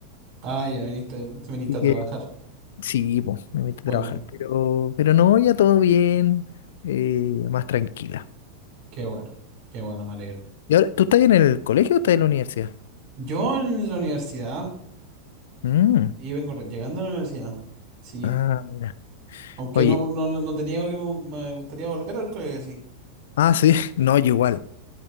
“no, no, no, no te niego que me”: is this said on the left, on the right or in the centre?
Right